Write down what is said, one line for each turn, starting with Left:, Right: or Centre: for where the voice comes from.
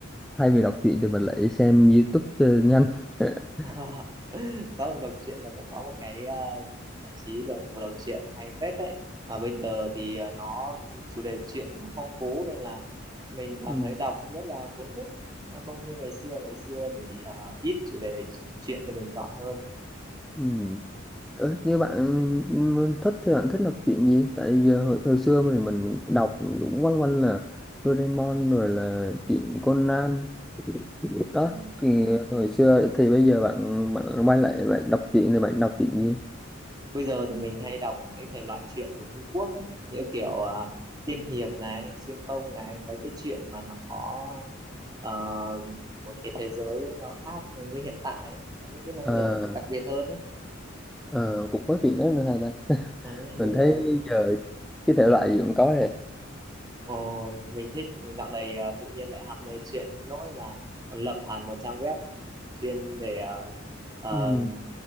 Centre: thay vì đọc truyện thì mình lại xem YouTube cho nhanh <laughs>
Right: <laughs> vâng đọc truyện nó cũng có một cái ờ, giải trí gọi là của đọc truyện hay phết đấy mà bây giờ thì ờ, nó chủ đề truyện nó phong phú nên là mình cảm
Centre: ừ.
Right: thấy đọc rất là cuốn hút nó không như ngày xưa ngày xưa thì ờ, ít chủ đề truyện cho mình chọn hơn
Centre: Ừ. Ờ, Như bạn ừ, thích thì bạn thích đọc truyện gì? Tại giờ hồi, hồi xưa thì mình đọc cũng quanh quanh là Doraemon rồi là truyện Conan đó
Right: ừ.
Centre: thì hồi xưa thì bây giờ bạn bạn quay lại bạn đọc truyện thì bạn đọc truyện gì?
Right: bây giờ thì mình hay đọc mấy thể loại truyện của Trung Quốc ấy, như kiểu à, tiên hiệp này xuyên không này mấy cái chuyện mà nó có ờ, một cái thế giới nó khác như hiện tại ấy, có những cái năng
Centre: Ừ.
Right: lực đặc biệt hơn ấy
Centre: Ờ, cũng có chuyện đó nữa hả ta? <laughs>
Right: ừ,
Centre: Mình
Right: đúng
Centre: thấy
Right: rồi
Centre: giờ cái thể loại gì cũng có hết.
Right: Ờ, mình thích dạo này ờ, tự nhiên lại ham mê chuyện đến nỗi mà còn lập hẳn một trang web chuyên để ờ, ờ,
Centre: Ừ.